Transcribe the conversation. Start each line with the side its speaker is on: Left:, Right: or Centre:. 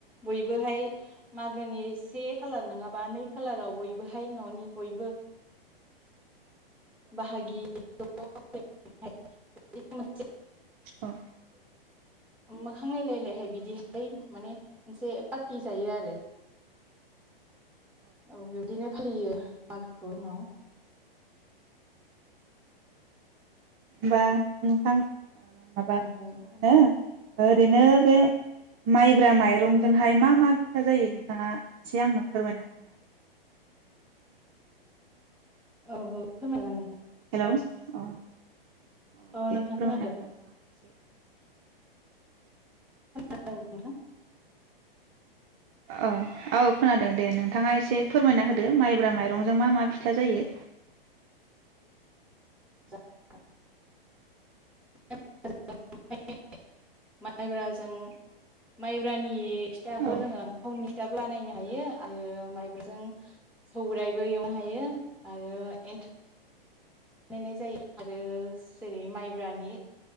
Centre: बयबोहाय मागोनि से खालार नङाबा नै खालाराव बयबोहाय ननि बयबो बाहागि <inaudible> <unintelligible>
Right: औ ।
Centre: मोखांलायलायलायहाय बिदिहाय माने मोनसे फथि जायो आरो । औ बिब्दिनो फालियो मागोखौ उनाव ।
Right: बा नोंथां ओ माबा
Centre: ओमफ्राय
Right: मा होनो? ओरैनो बे माइब्रा माइरंजोंहाय मा मा फिथा जायो नोंथाङा एसे आंनो फोरमायना हो
Centre: औ औ फोरमायगोन नोंथां ।
Right: हेलौ अ औ
Centre: औ
Right: दे
Centre: नोंथां
Right: फोरमायना
Centre: खोनादों
Right: हो नोंथाङा एसे ।
Centre: खोनादों नोंथां
Right: औ औ खोनादों दे नोंथाङा एसे फोरमायना होदो माइब्रा माइरंजों मा मा फिथा जायो
Centre: <unintelligible> माइब्राजों माइब्रानि सिथाखौ
Right: औ
Centre: जोङो थावनि फिथाबो बानायनो हायो आरो माइब्राजों सौरायाइबो एवनो हायो आरो एन्था बानायनाय जायो आरो सि जेरै माइब्रानि